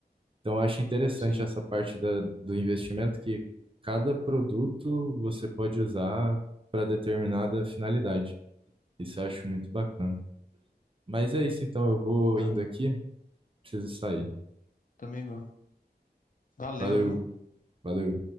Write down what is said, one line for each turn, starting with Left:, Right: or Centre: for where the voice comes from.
Right: Então, eu acho interessante
Left: Sim.
Right: essa parte da, do investimento que cada produto você pode usar para determinada finalidade. Isso eu acho muito bacana. Mas é isso, então, eu vou
Left: Aham.
Right: indo aqui, preciso sair.
Left: Também vou. Valeu,
Right: Valeu,
Left: viu?
Right: valeu.